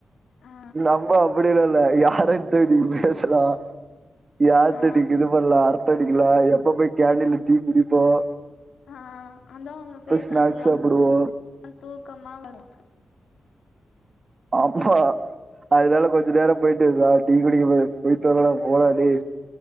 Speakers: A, on the left; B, on the right.
A: ஆ
B: நம்ம அப்டிலா இல்ல யாரட்டு இன்னிக்கி பேசலா யார்ட்
A: ஆ
B: அடிக்கு இது பண்ணலா அரட்ட அடிக்கலாம் எப்ப போய் கேண்டில்ல டீ குடிப்போம்
A: ஆ அதான் அவங்க பேசதெல்லா
B: ஸ்நாக்ஸ் சாப்புடுவோ
A: தூக்கமா வரு
B: ஆமா அதனால கொஞ்சொ நேரம் போயிட்டு இரு சார் டீ குடிக்க போ பொய்தொலடா போடா டேய்